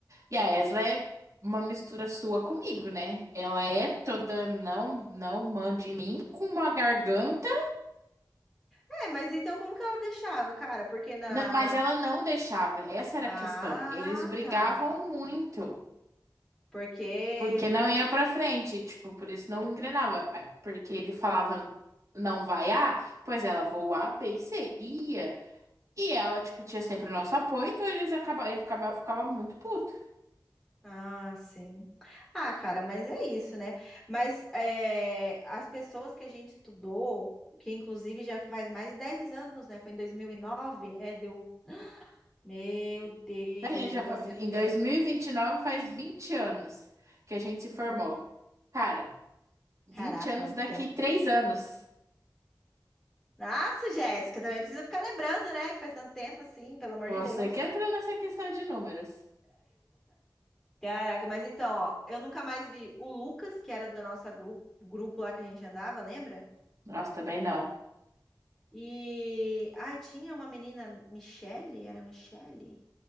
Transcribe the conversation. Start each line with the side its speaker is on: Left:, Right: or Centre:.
Right: e a Esla é uma mistura sua comigo, né? Ela é toda não, não mande em mim, com uma garganta,
Centre: É, mas então como que ela deixava, cara? Porque na,
Right: na- mas
Centre: na...
Right: ela não deixava. Essa era
Centre: Ah,
Right: a questão. Eles brigavam
Centre: tá.
Right: muito,
Centre: Porque,
Right: porque não
Centre: porque
Right: ia
Centre: ele...
Right: pra frente, tipo, por isso não engrenava. É, Porque ele falava, não vai A, pois ela vou A, B e C. e Ia. E ela, tipo, tinha sempre o nosso apoio, então eles acabavam, ele ficava, ficava muito puto.
Centre: Ah, sim. Ah, cara, mas é isso, né? Mas é, as pessoas que a gente estudou, que inclusive já faz mais de 10 anos, né? Foi em 2009. é, deu... Meu Deus,
Right: Daí a gente
Centre: deu
Right: já,
Centre: bastante
Right: fa- em
Centre: tempo.
Right: dois mil e vinte e nove faz 20 anos que a gente se formou. Cara, 20
Centre: Caraca,
Right: anos
Centre: muito
Right: daqui
Centre: tempo.
Right: 3 anos.
Centre: Nossa, Jéssica, também precisa ficar lembrando, né? Que faz tanto tempo assim, pelo amor
Right: Você
Centre: de Deus.
Right: que entra nessa questão de números.
Centre: Caraca, mas então, ó, eu nunca mais vi o Lucas, que era do nosso grupo, grupo lá que a gente andava, lembra?
Right: Nossa, também não.
Centre: E. Ai, tinha uma menina, Michele? Era Michele?